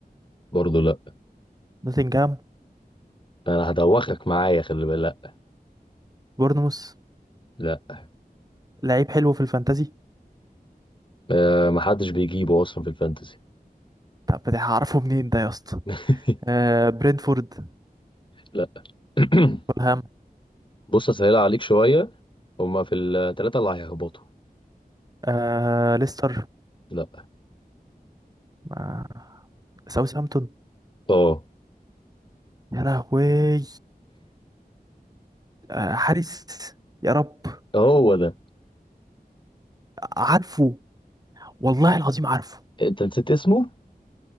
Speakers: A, on the left; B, on the right.
A: برضه لا
B: نوتنغهام
A: انا هدوخك معايا خلي بالك
B: بورنموث
A: لا لا
B: لعيب حلو في الفانتازي
A: أه محدش بيجيبه اصلا في الفانتسي
B: طب ده هعرفه منين ده يا اسطى
A: <laughs>
B: آه برينفورد
A: لا <clears throat>
B: فولهام
A: بص اسهلها عليك شويه هما في الثلاثه اللي هيهبطوا
B: آه ليستر
A: لا
B: آه ساوثهامبتون
A: اه
B: يا لهوي آه حارس يا رب
A: هو ده
B: عارفه والله العظيم عارفه
A: انت نسيت اسمه